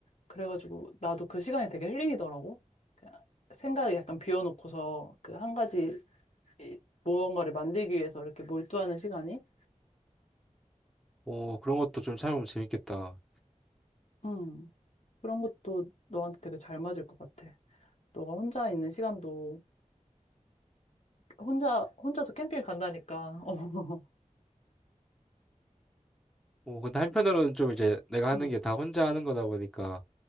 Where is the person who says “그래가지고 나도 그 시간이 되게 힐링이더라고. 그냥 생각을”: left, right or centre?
Left